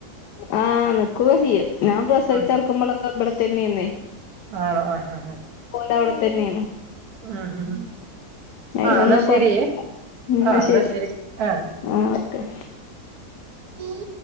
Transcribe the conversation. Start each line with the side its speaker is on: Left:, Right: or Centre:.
Left: ആ നിക്കൊക്കെ ചെയ്യും ഞാൻ പ്രസവിച്ച്
Right: ആഹ്
Left: കെടക്കുമ്പൊളൊക്കെ ഇവിടെത്തന്നെയ്ന്നേ
Right: ആണോ ആ ഹ ഹ
Left: ലെ അവടെത്തെന്നെയ്ന്നു
Right: ആ ഹ ഹ
Left: അയിനൊന്നും
Right: ആ ന്നാ ശെരി
Left: കൊഴ എന്നാ
Right: ആ
Left: ശരി
Right: ന്നാ ശെരി ആ
Left: ആ ഓക്കെ
Right: <inaudible>